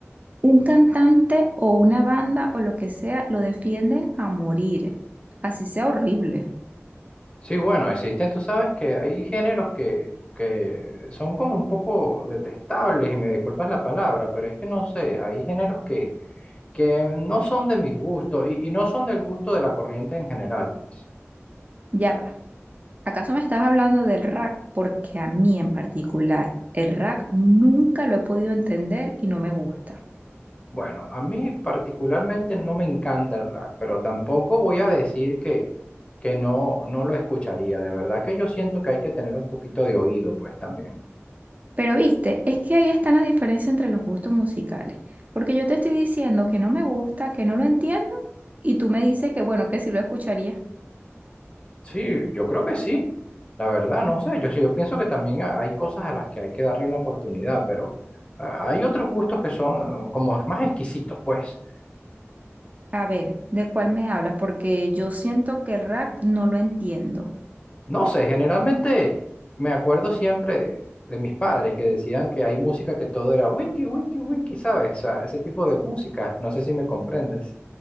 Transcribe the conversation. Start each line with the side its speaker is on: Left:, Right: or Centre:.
Right: un cantante o una banda o lo que sea, lo defienden a morir, así sea horrible.
Left: Sí, bueno, existen, tú sabes que hay géneros que, que son como un poco detestables, y me disculpas la palabra, pero es que no sé, hay géneros que, que no son de mis gustos y, y no son del gusto de la corriente en general, pues.
Right: Ya va. ¿Acaso me estás hablando del rap? Porque a mí en particular, el rap nunca lo he podido entender y no me gusta.
Left: Bueno, a mí particularmente no me encanta el rap, pero tampoco voy a decir que, que no, no lo escucharía. De verdad que yo siento que hay que tener un poquito de oído, pues también.
Right: Pero viste, es que ahí están las diferencias entre los gustos musicales. Porque yo te estoy diciendo que no me gusta, que no lo entiendo, y tú me dices que bueno, que sí lo escucharía.
Left: Sí, yo creo que sí. La verdad, no sé. Yo sí, yo pienso que también ha- hay cosas a las que hay que darle una oportunidad, pero ah, hay otros gustos que son ah, como más exquisitos, pues.
Right: A ver, ¿de cuál me hablas? Porque yo siento que rap no lo entiendo. <laughs>
Left: No sé, generalmente me acuerdo siempre de mis padres que decían que hay música que todo era wiki, wiki, wiki, ¿sabes? O sea, ese tipo de música, no sé si me comprendes.